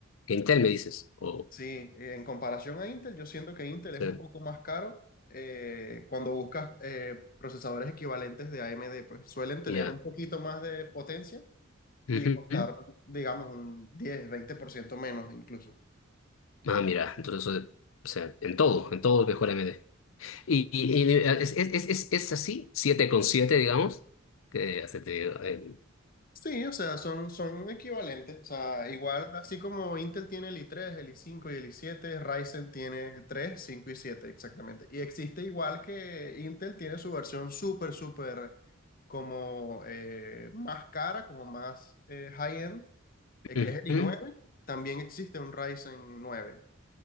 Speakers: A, on the left; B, on the left.
A: Intel me dices. o
B: Sí, eh, en comparación a Intel, yo siento que Intel
A: sí,
B: es un poco más caro eh, cuando buscas eh, procesadores equivalentes de AMD, pues suelen tener
A: ya.
B: un poquito más de potencia
A: Ujú.
B: y costar, digamos, un diez, veinte por ciento menos incluso.
A: Ah, mira, entonces, o sea, en todo, en todo es mejor A M d. Y, y- y, eh, es, es, es, es es así, 7 con 7, digamos, que hace te digo, en-
B: Sí, o sea, son, son equivalentes. O sea, igual, así como Intel tiene el i tres, el i cinco y el i siete, Ryzen tiene 3, 5 y 7 exactamente. Y existe igual que Intel tiene su versión súper, súper como eh, más cara, como más eh, high-end, eh,
A: Ujú.
B: que es el i nueve. También existe un Ryzen 9.